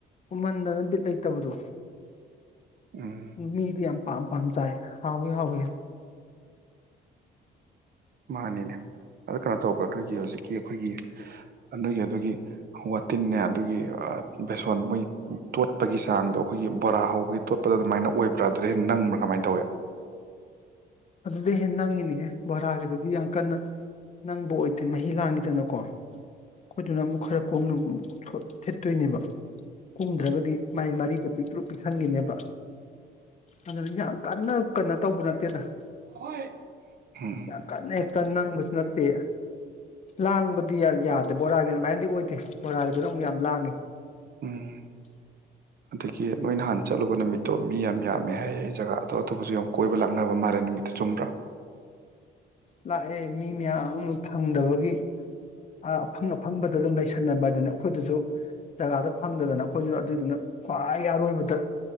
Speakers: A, on the left; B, on the right.
A: ꯎꯃꯟꯗꯅ ꯕꯤꯠ ꯂꯩꯇꯕꯗꯣ꯫
B: ꯎꯝ
A: ꯃꯤꯗꯤ ꯌꯥꯝ ꯄꯥꯝ ꯄꯥꯝ ꯆꯥꯏ ꯍꯥꯎꯋꯤ ꯍꯥꯎꯋꯤꯅ꯫
B: ꯃꯥꯅꯤꯅꯦ ꯑ ꯀꯩꯅꯣ ꯇꯧꯕ꯭ꯔꯥ ꯑꯩꯈꯣꯏꯒꯤ ꯍꯧꯖꯤꯛꯀꯤ ꯑꯩꯈꯣꯏꯒꯤ ꯑꯗꯨꯒꯤ ꯑꯗꯨꯒꯤ꯫ ꯋꯥꯇꯤꯟꯅꯦ ꯑꯗꯨꯒꯤ ꯕꯦꯁꯣꯟ ꯃꯣꯏ ꯇꯣꯠꯄꯒꯤ ꯆꯥꯡꯗꯣ ꯑꯩꯈꯣꯏꯒꯤ ꯕꯣꯔꯥ ꯍꯧꯕꯒꯤ ꯇꯣꯠꯄꯗꯣ ꯑꯗꯨꯃꯥꯏꯅ ꯑꯣꯏꯕ꯭ꯔꯥ ꯑꯗꯨꯗ ꯍꯦꯟ ꯅꯪꯕ꯭ꯔꯥ ꯀꯃꯥꯏꯅ ꯇꯧꯋꯦ꯫
A: ꯑꯗꯨꯗꯩ ꯍꯦꯟꯅ ꯅꯪꯉꯤꯅꯦꯍꯦ ꯕꯣꯔꯥꯒꯤꯗꯨꯗꯤ ꯌꯥꯝ ꯀꯟꯅ ꯅꯪꯕꯨ ꯑꯣꯏꯗꯦ ꯃꯍꯤ ꯂꯥꯡꯉꯤꯗꯅꯀꯣ꯫ ꯑꯩꯈꯣꯏꯗꯨꯅ ꯑꯃꯨꯛ ꯈꯔ ꯀꯨꯡꯅ ꯊꯤꯠꯇꯣꯏꯅꯦꯕ꯫ ꯀꯨꯝꯗ꯭ꯔꯒꯗꯤ ꯃꯥꯏ ꯃꯔꯤꯗ ꯄꯤꯛꯂꯨ ꯄꯤꯛꯁꯟꯈꯤꯅꯦꯕ ꯑꯗꯨꯅ ꯌꯥꯝ ꯀꯟꯅ ꯀꯟꯅꯣ ꯇꯧꯕ ꯅꯠꯇꯦꯗꯅ
B: <unintelligible>
A: ꯀꯦꯛ ꯅꯦ ꯅꯪꯒꯁꯨ ꯅꯠꯇꯦ ꯂꯥꯡꯕꯗꯤ ꯌꯥꯗꯦ ꯕꯣꯔꯥꯒꯤ ꯑꯗꯨꯃꯥꯏꯅꯗꯤ ꯑꯣꯏꯗꯦ ꯕꯣꯔꯥꯒꯤꯗꯨ ꯑꯃꯨꯛ ꯌꯥꯝ ꯂꯥꯡꯉꯦ <inaudible>
B: ꯎꯝ ꯑꯗꯒꯤ ꯅꯣꯏ ꯅꯍꯥꯟ ꯆꯠꯂꯨꯕ ꯅꯨꯃꯤꯠꯇꯣ ꯃꯤ ꯌꯥꯝ ꯌꯥꯝꯃꯦ ꯍꯥꯏꯌꯦ ꯑꯩ ꯖꯒꯥ ꯑꯇꯣꯞ ꯑꯇꯣꯞꯄꯁꯨ ꯌꯥꯝ ꯀꯣꯏꯕ ꯂꯥꯛꯅꯕ ꯃꯥꯜꯂꯦ ꯅꯨꯃꯤꯠꯇꯨ ꯆꯨꯝꯕ꯭ꯔꯥ
A: ꯂꯥꯛꯑꯦ ꯃꯤ ꯃꯌꯥꯝ ꯑꯃ ꯐꯪꯗꯕꯒꯤ ꯑ ꯑꯐꯪ ꯑꯐꯪꯕꯗ ꯑꯗꯨꯝ ꯂꯩꯁꯟꯅꯕ ꯍꯥꯏ ꯑꯗꯨꯅ ꯑꯩꯈꯣꯏꯗꯨꯁꯨ ꯖꯒꯥꯗ ꯐꯪꯗꯗꯅ ꯑꯩꯈꯣꯏꯁꯨ ꯑꯗꯨꯏꯗꯨꯅ ꯈ꯭ꯋꯥꯏ ꯑꯔꯣꯏꯕꯗ